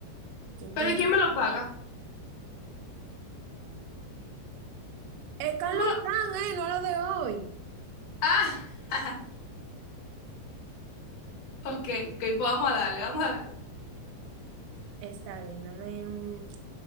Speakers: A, on the right; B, on the left.
A: hay que intentar.
B: pero ¿y quién me lo paga?
A: Es Carlos
B: Tú no-
A: Durán, ¿eh? No lo de hoy.
B: Ah, <laughs> ok, ok, pues vamos a darle, vamos a darle.
A: Está bien, dame un